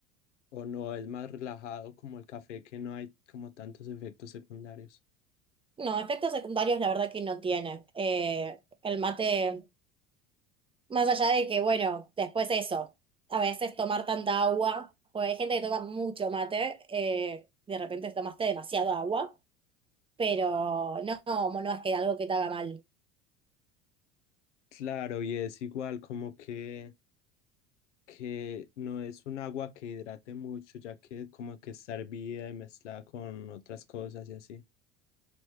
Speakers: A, on the left; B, on the right.
A: o no es más relajado como el café que no hay como tantos efectos secundarios.
B: No, efectos secundarios la verdad que no tiene. Eh, el mate Más allá de que, bueno, después eso, a veces tomar tanta agua, porque hay gente que toma mucho mate, eh, de repente tomaste demasiado agua, pero no, no, no es que algo que te haga mal.
A: Claro, y es igual como que... que no es un agua que hidrate mucho, ya que como que está hervida y mezclada con otras cosas y así.